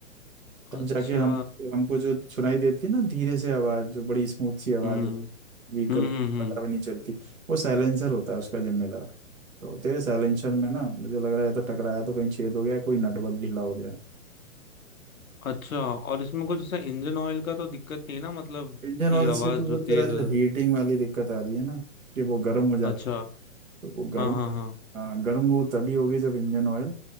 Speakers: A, on the right; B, on the left.
A: तब
B: अच्छा
A: जाके हमको हमको जो सुनाई देती है ना धीरे से आवाज जो बड़ी स्मूथ सी आवाज
B: हम्म
A: होती है व्हीकल
B: हम्म हम्म हम्म,
A: पता भी नहीं चलती वो साइलेंसर होता है उसका जिम्मेदार तो तेरे साइलेंसर में ना मुझे लग रहा है या तो टकराया तो कहीं छेद हो गया कोई नटवर्क ढीला हो गया
B: अच्छा और इसमें कुछ ऐसा इंजन ऑयल का तो दिक्कत नहीं ना मतलब
A: इंजन
B: कि
A: ऑयल से
B: आवाज
A: तो
B: जो
A: वो
B: तेज
A: तेरा जो
B: हो रही
A: हीटिंग वाली दिक्कत आ रही है ना कि वो गर्म हो जाती
B: अच्छा
A: है तो वो गर्म
B: हाँ हाँ हाँ
A: हाँ गर्म वो तभी होगी जब इंजन ऑयल